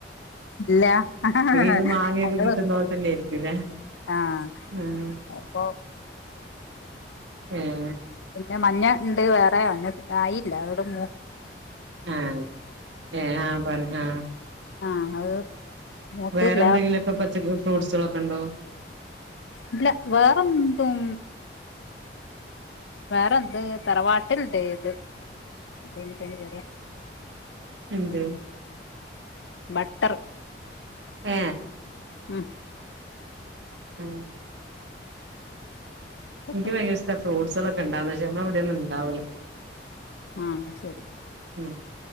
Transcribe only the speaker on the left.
ല്ല ആഹ ഹ ഹ
ആഅപ്പൊ
പിന്നെ മഞ്ഞ ഇണ്ട് വേറെ മഞ്ഞ ആയില്ല ഒട് മൂ
ആ അത് മൂത്തില്ല
ഇല്ല വേറെന്തും വേറെന്ത് തറവാട്ടിലുണ്ട് ഇത് ഇനിപ്പേ നി പറയാ
ബട്ടർ
മം
അതൊക്കെണ്ട്
ആ ശരി